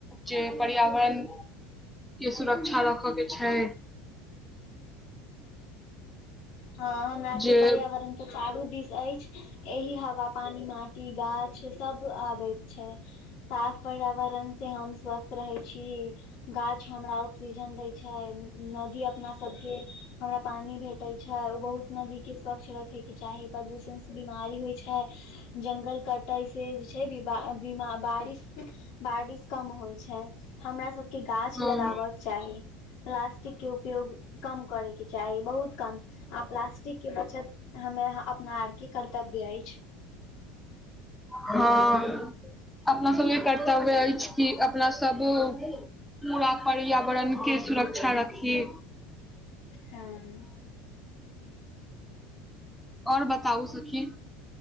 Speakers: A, in the centre; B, on the left (about 50°).
A: जे पर्यावरण केँ सुरक्षा रख कऽ छै
B: हँ हमरा आर
A: जे
B: केँ पर्यावरण केँ चारू दिस ऐछ एही हवा पानी माटी गाछ सब आबैत छै साफ पर्यावरण से हम स्वस्थ रहै छी गाछ हमरा ऑक्सीजन दै छै नदी अपना सब केँ हमरा पानी भेट भैटै छै ओ बहुत नदी केँ स्वच्छ रखे केँ चाही प्रदूषण से बीमारी होइ छै जंगल कटै से जे छै <unintelligible> बारिश बारिश कम होइ छै हमरा सब केँ गाछ
A: अ
B: लगाब चाही प्लास्टिक केँ उपयोग कम करे केँ चाही बहुत कम आ प्लास्टिक केँ बचत हमे अपना आर की कर्तव्य अछि
A: हँ <inaudible> अपना सब लेल कर्तव्य ऐछ कि अपना सब पूरा पर्यावरण केँ सुरक्षा रखी
B: हँ
A: और बताउ सखी